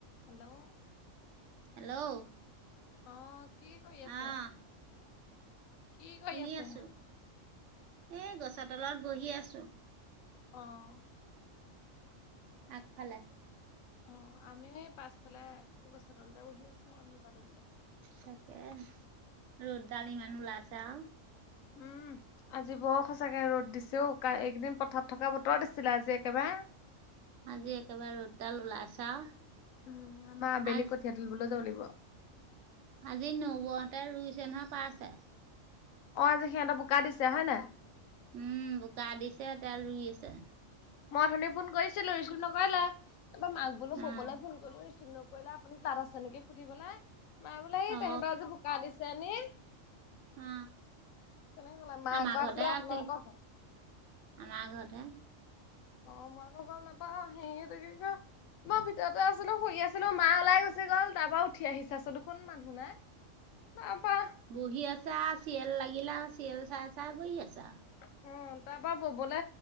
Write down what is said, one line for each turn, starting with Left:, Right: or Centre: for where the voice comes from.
Left: Hello,
Right: hello,
Left: অ, কি কৰি আছে?
Right: আহ
Left: কি কৰি
Right: শুনি
Left: আছে
Right: আছো, এই গছৰ তলত বহি আছো।
Left: অ',
Right: আগফালে
Left: অ, আমি পাছফালে গছৰ তল বহি আছিলো আমজোপা তলতে।
Right: তাকে ৰ'দডাল ইমান ওলাইছে আৰু।
Left: উম, আজি বৰ সঁচাকে ৰ'দ দিছে অ, এইকদিন পথাৰত থকা বতৰ দিছিলে আজি একেবাৰে
Right: আজি একেবাৰে ৰডাল ওলাইছে আৰু।
Left: উম, আবেলি
Right: আজ
Left: কঠিয়া তুলিব যাব লাগিব।
Right: আজি নৌবহতে ৰুইচে নহয় পাইছে।
Left: অ, যে সিহঁতৰ বোকা দিছে হয় নাই।
Right: উম, বোকা দিছে তে ৰুই আছে।
Left: মই কথনি ফোন কৰিছিলো, ৰিচিভ নকৰিলা তাৰ মাক বোলো
Right: উম
Left: ববলৈ ফোন কৰিলো ৰিচিভ কৰিলা আপুনি তাত আছে নেকি সুধিবলৈা মায় বোলো এই
Right: অ
Left: তেহঁতৰ আজি বোকা দিছেনি। কেনে
Right: অ
Left: হলে মা
Right: আমাৰ
Left: আকৌ
Right: ঘৰতে
Left: আছিলে আপোনালোকৰ
Right: আছিল আমাৰ ঘৰতে।
Left: অ, মই আকৌ গম নাপাও সেই থাক ক <unintelligible> মই ভিতৰতে আছিলো শুই আছিলো মা ওলাই গুচি গ'ল, তাৰ পৰা উঠি আহি চাইছো দেখোন মানুহ নাই। বা-বা।
Right: বহি আছা আৰু চিয়েল লাগিলে আৰু চিয়েল চাই চাই বহি আছা।
Left: অ, তাৰ পৰা ববলে